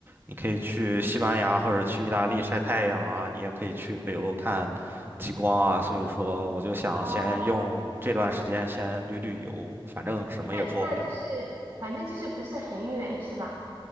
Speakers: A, on the right (about 25°); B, on the right (about 50°).
A: 你可以去西班牙或者去意大利晒太阳啊，你也可以去北欧看极光啊。所以说，我就想先用这段时间先旅旅游，
B: 哦，
A: 反正什么也做不了。
B: 那那就是反正就是不是很远是吧？